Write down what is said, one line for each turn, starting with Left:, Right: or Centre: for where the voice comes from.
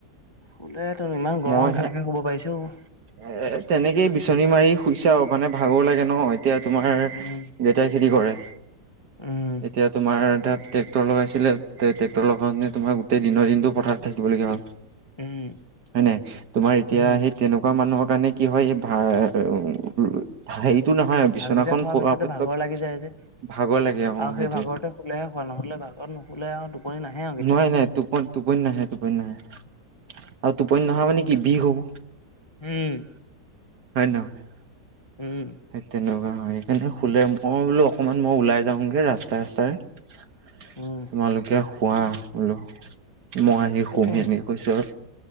Left: শুলে <unintelligible> ইমান গৰম!
Right: মইহে
Left: কেনেকে শুব পাৰিছে অ'?
Right: এ, তেনেকেই বিচনী মাৰি শুইছে আওঁ। মানে, ভাগৰ লাগে ন'! এতিয়া তোমাৰ,
Left: উম
Right: যে তাই খেতি কৰে।
Left: উম
Right: এতিয়া তোমাৰ, তাত ট্ৰেক্টৰ লগাইছিলে, ট্ৰেক্টৰ লগাওঁতে তোমাৰ, গোটেই দিনৰ দিনটো পথাৰত থাকিবলগীয়া হ'ল।
Left: উম
Right: হয় নাই? তোমাৰ এতিয়া,
Left: উম
Right: সেই তেনে কুৱা মানুহৰ কাৰণে, কি হয়! এই, ভা <unintelligible> সেৰিটো নহয়। বিচনাখন
Left: ভাতকেইটা খোৱাৰ
Right: পৰাৰ
Left: পিছতে
Right: ক্ষেত্ৰত,
Left: ভাগৰ লাগি যায় যে
Right: ভাগৰ লাগে, অ'!
Left: আৰু সেই,
Right: সেইটোৱে
Left: ভাগৰতে শুলেহে শুৱা, নহ'লে ভাগৰত নুশুলে আৰু টোপনি নাহে আৰু কে
Right: নোৱাৰি-নোৱাৰি, টোপ-টোপনী নাহে, টোপনী নাহে। আৰু টোপনী নহা মানে কি! বিষ হ'ব।
Left: উম।
Right: হয় নহয়?
Left: উম।
Right: সেই তেনেকুৱা হয়, সেইকাৰণে শুলে মই বোলো অকণমান মই ওলাই যাওঁগে ৰাস্তাই ৰাস্তাৰে -
Left: উম,
Right: তোমালোকে শুৱা বোলো। মই আহি শুমহি
Left: তাকে
Right: এনেকে কৈছো আৰু,